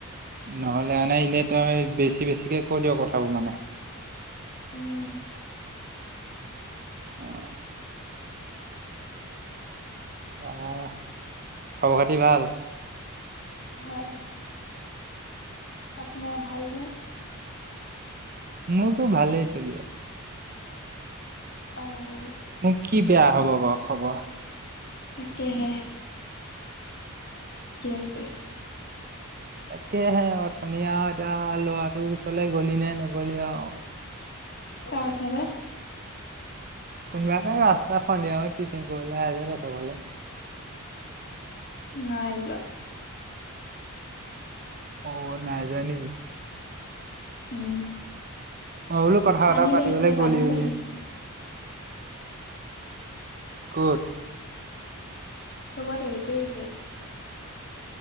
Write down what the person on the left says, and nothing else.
উম'।
ভাল। আপোনাৰ ভালনে?
অ'।
তাকেহে, কি আছে?
তই আছ যে।
নাই যোৱা।
উম'।
পানী
বাঢ়িছে-পানী
বাঢ়িছে।
চবতে য'তে-ত'তে।